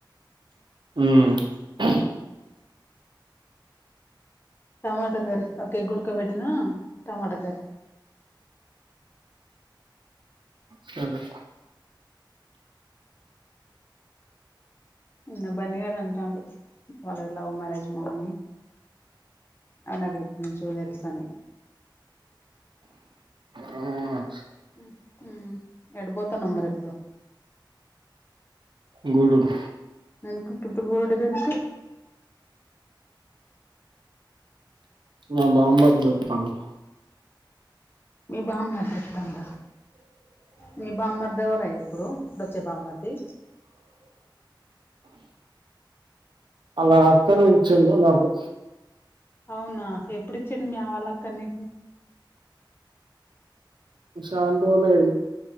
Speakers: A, on the right (about 70°); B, on the left (about 25°).
A: మ్
B: <inaudible> టమాటా కర్రి ఒక్కెగుడకబెట్టినా టమాటా కర్రి
A: సరె
B: నిన్న బన్నీ గాడు అంటాండు వాళ్ళది లవ్ మ్యారేజ్ మమ్మి అది నాకు ఎప్పటి నుంచో తెలుసని
A: అవునా
B: మ్ హు ఎటుపోతానవ్ మరి ఇప్పుడు
A: గుడూర్
B: ఎందుకు గిప్పుడు గూడూరెందుకు
A: మా బామ్మర్ది ఒత్తాండు
B: మీ బామ్మర్ది ఒత్తండ మీ బామ్మర్ది ఎవలయ్య ఇప్పుడు ఇప్పుడొచ్చే బామ్మర్ది
A: వాళ్ళ అక్కనిచ్చిండు నాకు
B: అవునా ఎప్పుడిచ్చిండు మీ ఆ వాళ్ళక్కన్ నీకు
A: శాన్ రోలైంది